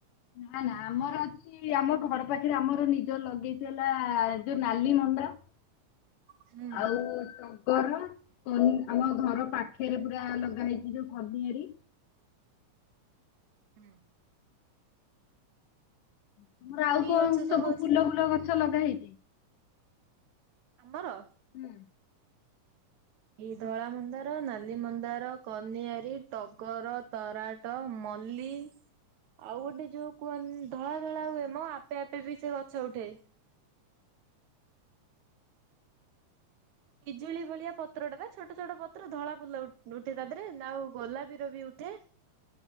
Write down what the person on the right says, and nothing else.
ହୁଁ
ହୁଁ।
କି
ଗଛ
ଅଛି
ଆମର?
ଏଇ ଧଳା ମନ୍ଦାର, ନାଲିମନ୍ଦାର, କନିଆରୀ, ଟଗର, ତରାଟ, ମ ମଲ୍ଲୀ ଆଉ ଗୋଟେ ଯୋଉ କୁହନ୍ ଧଳା ଧଳା ହୁଏ ମ ଆପେ ଆପେ ବି ସେ ଗଛ ଉଠେ। ପିଜୁଳି ଭଳିଆ ପତ୍ରଟା ତା ଛୋଟ ଛୋଟ ପତ୍ର ଧଳା ଫୁଲ ଉ-ଉଠେ ତା ଦେହରେ, ନା ଆଉ ଗୋଲାପୀର ବି ଫୁଟେ,